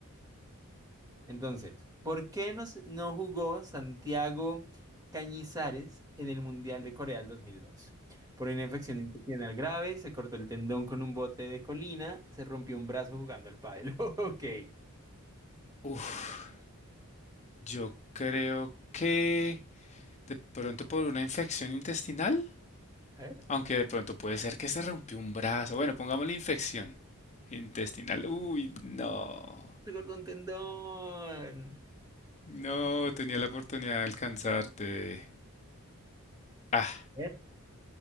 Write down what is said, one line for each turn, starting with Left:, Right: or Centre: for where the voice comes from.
Right: Entonces, ¿por qué no, se- no jugó Santiago Cañizares en el Mundial de Corea del 2002? Por una infección intestinal grave, se cortó el tendón con un bote de colina, se rompió un brazo jugando al pádel. <laughs> Ok.
Left: Uf, yo creo que de pronto por una infección intestinal,
Right: A ver.
Left: aunque de pronto puede ser que se rompió un brazo. Bueno, pongámosle infección intestinal. Uy, no.
Right: Se cortó un tendón.
Left: No, tenía la oportunidad de alcanzarte. Ah.
Right: A ver.